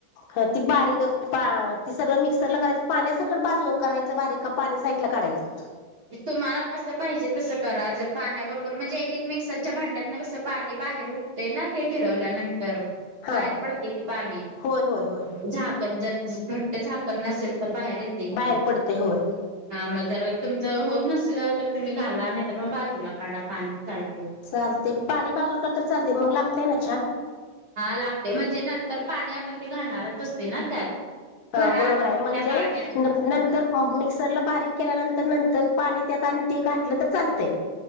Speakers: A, on the left (about 75°); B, on the right (about 35°).
A: ह ती बारीक ती सगळं मिक्स र करायचं पाण्या सकड बाजू करायचं बारीक का पाणी साईडला काढायचं.
B: तुम्हाला कसं पाहिजे तसं करा जर पाण्याबरोबर म्हणजे एक एक मिक्सरच्या भांड्यातन कसं पाणी बाहेर उठते ना ते फिरवल्यानंतर
A: हा
B: बाहेर पडते की पाणी
A: होय होय होय
B: झाकण जर घट्ट झाकण नसेल तर बाहेर येते.
A: बाहेर पडते होय
B: हा मग जर तुमच होत नसल तर तुम्ही घाला नाहीतर मग बाजूला काढा पाणी चालत.
A: चालते पाणी बाजू कर तर चालते मग लागतेय ना छान
B: हा लागते म्हणजे नंतर पाणी आपण ते घालणारच असते ना त्यात खरा
A: हा बरोबर
B: अर्थ
A: आहे
B: तर
A: म्हणजे
B: त्या पाण्यातच
A: नंतर
B: असते ना
A: मिक्सरला बारीक केल्यानंतर नंतर पाणी त्यात आणि ते घाठलं तर चालतं.